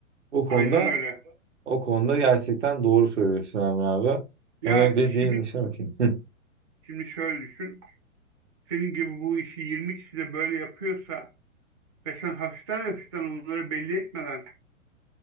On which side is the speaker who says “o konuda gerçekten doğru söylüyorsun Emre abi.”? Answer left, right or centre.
Right